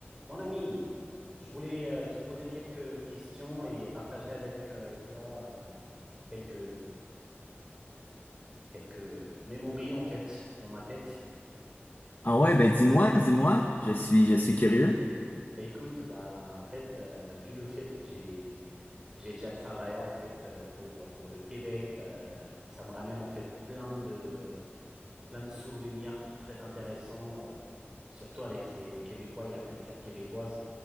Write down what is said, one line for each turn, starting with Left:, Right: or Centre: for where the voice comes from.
Right: Mon ami, je voulais euh, te poser quelques questions et partager avec euh, toi euh, quelques quelques mémories en fait dans ma tête.
Left: Ah ouais, ben dis-moi, dis-moi, je suis, je suis curieux.
Right: Écoute, bah en fait, euh, vu le fait que j'ai j'ai déjà travaillé en fait euh, pour euh, pour le Québec, euh, ça me ramène en fait plein de plein de souvenirs très intéressants, euh, surtout avec les, les Québécois et la culture québécoise.